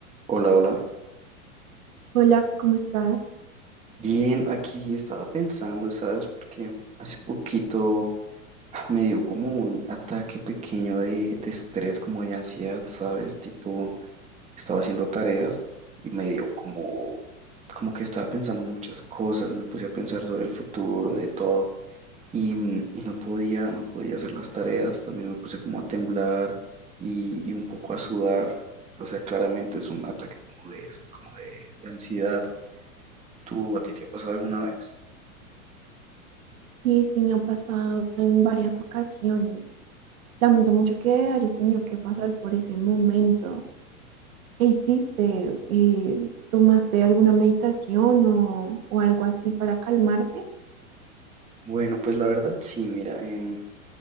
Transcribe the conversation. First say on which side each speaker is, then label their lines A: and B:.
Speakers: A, on the right; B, on the right.
A: Hola, hola.
B: Hola, ¿cómo estás?
A: Bien, aquí estaba pensando, ¿sabes? Porque hace poquito ah, me dio como un ataque pequeño de, de estrés, como de ansiedad, ¿sabes? Tipo, estaba haciendo tareas y me dio como, como que estaba pensando muchas cosas, me puse a pensar sobre el futuro, de todo, y, mm, y no podía, no podía hacer las tareas, también me puse como a temblar y, y un poco a sudar. O sea, claramente es un ataque como de, como de de ansiedad. ¿Tú a ti te ha pasado alguna vez?
B: Sí, sí, me han pasado en varias ocasiones. Lamento mucho que hayas tenido que pasar por ese momento. ¿Qué hiciste? Eh, ¿tomaste alguna meditación o, o algo así para calmarte?
A: Bueno, pues la verdad sí, mira, em,